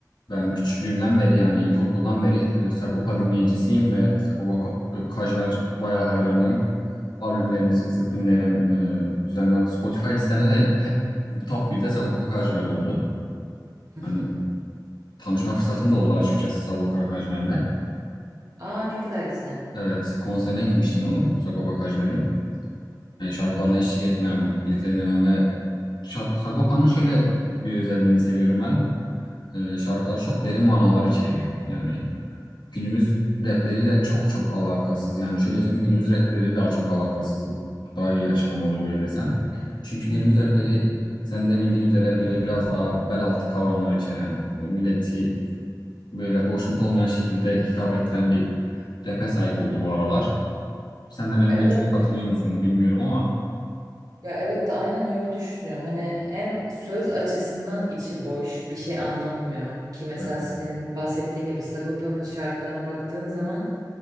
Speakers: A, on the left; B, on the right.
A: Ben küçüklüğümden beri yani ilkokuldan beri e, Sagopa dinleyicisiyim ve Sagopa Ka- e, Kajmer bayağı hayranıyım. Albümlerini
B: Hı hı.
A: sık sık dinlerim. E, düzenli olarak Spotify listemde de hep top birde Sagopa Kajmer oldu.
B: <laughs>
A: Hani tanışma fırsatım da oldu açıkçası Sagopa Kajmer'le.
B: Aa ne kadar güzel.
A: Evet, konserine gitmiştim onun, Sagopa Kajmer'in. Yani şarkılarına eşlik etmem, birlikte dinlemem ve şa- Sagopa'nın şöyle bir özelliğini seviyorum ben. E, şarkıları çok derin manalar içeriyor. Yani günümüz rapleriyle çok çok alakasız. Yani şöyle söyleyeyim günümüz rapleri daha çok alakasız. Daha iyi açıklama olur böyle desem. Çünkü
B: Hı
A: günümüz
B: hı.
A: rapleri sen de bildiğin üzere böyle biraz daha bel altı kavramlar içeren, e, milleti böyle hoşnut olmayan şekilde hitap ettiren bir rap'e sahip oldu bu aralar. Sen de benim
B: Evet,
A: görüşüme
B: evet.
A: katılıyor musun bilmiyorum ama
B: ya evet de aynen öyle düşünüyorum. Hani hem söz açısından içi boş, bir şey anlatmıyor ki mesela
A: evet
B: senin bahsettiğin gibi Sagopa'nın şarkılarına baktığın zaman